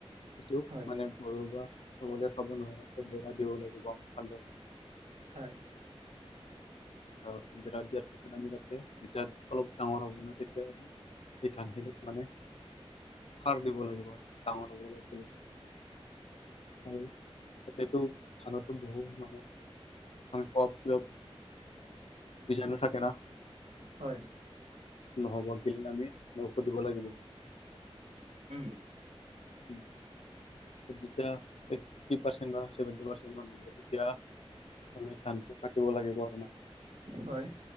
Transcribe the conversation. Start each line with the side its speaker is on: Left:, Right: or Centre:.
Left: সেইটো
Right: হয়
Left: মানে গৰু বা ছাগলীয়ে খাব নোৱাৰটো বেৰা দিব লাগিব আমি ভালদৰে।
Right: হয়।
Left: আৰু বেৰা দিয়াৰ পাছত আমি তাতে যেতিয়া অলপ ডাঙৰ হ'ব ন তেতিয়া আমি সেই ধানখিনিত মানে সাৰ দিব লাগিব আৰু ডাঙৰ হ'ব লৈ আৰু এতিয়াটো ধানতো বহু মানে ধান কপ তিলপ বিজাণু থাকে না।
Right: হয়।
Left: নহ'ব গিল আমি ঔষধ দিব লাগিব।
Right: উম।
Left: উম। যেতিয়া এইট্টি পাৰ্চেন্ট বা ছেভেন্টি পাৰ্চেন্ট মান হ'ব তেতিয়া আমি ধানটো কাটিব লাগিব আৰু না।
Right: হয়।